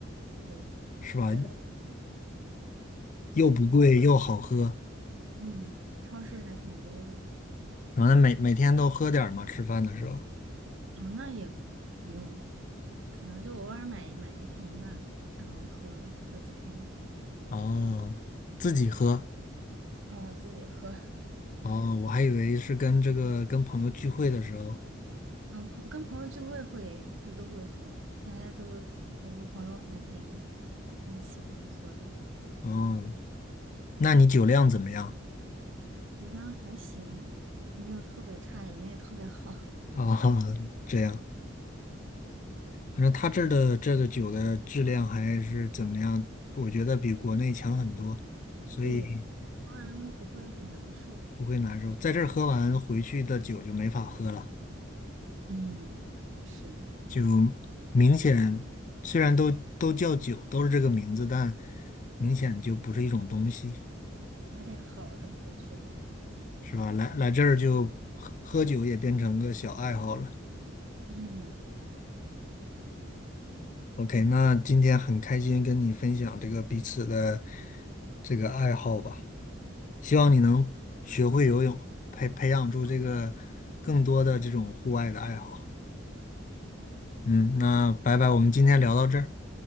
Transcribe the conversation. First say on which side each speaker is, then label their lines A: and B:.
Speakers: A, on the right; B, on the left.
A: 对。
B: 是吧？
A: 这边的
B: 又不贵又好喝，
A: 对，普洱，嗯，超市还挺多的。
B: 然后每每天都喝点儿嘛，吃饭的时候。
A: 啊，那也不用，可能就偶尔买一买一瓶吧，然后喝喝几天。
B: 哦，自己喝。
A: 啊，自己喝。<laughs>
B: 哦，我还以为是跟这个跟朋友聚会的时候。
A: 啊，朋跟朋友聚会会会都会喝，大家都会，我的朋友还挺挺喜欢喝的，
B: 哦，那你酒量怎么样？
A: 酒量还行，没有特别差，也没有特别好。
B: <laughs> 啊，这样，反正他这儿的这个酒的质量还是怎么样，我觉得比国内强很多，
A: <laughs>
B: 所以
A: 对，喝完不会很难受。
B: 不会难受。在这儿喝完回去的酒就没法喝了，
A: 嗯，是，
B: 就明显虽然都都叫酒，都是这个名字，但明显就不是一种东西，
A: 买点好的回去得。
B: 是吧？来来这儿就喝喝酒也变成个小爱好了。
A: 嗯，
B: OK，那今天很开心跟你分享这个彼此的这个爱好吧。希望你能学会游泳，培培养出这个更多的这种户外的爱好。
A: 好，
B: 嗯，那拜拜，我们今天聊到这儿，